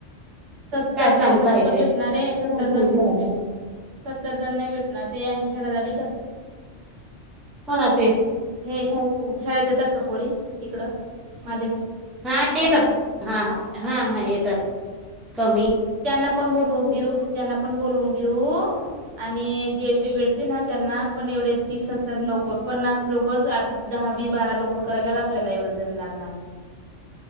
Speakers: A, on the right (about 75°); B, in the centre.
A: सत्तर
B: काय सांगता
A: जण का कुठं
B: येते
A: भेटणार आहे सत्तर जण सत्तर जण नाही भेटणार ते यांची शाळा झाली.
B: कोणाचे
A: हे श शाळेत येतात. का पोरी इकड माझ
B: हा येतात हा हा येतात कमी
A: त्यांना पण बोलवून घेऊ त्यांना पण बोलवून घेऊ. आणि जे भेटते ना त्यांना पण एवढे तीसत्तर लोक पन्नास लोकच हा बी बारा लोक करायला आपल्याला एवढं जण लागणार.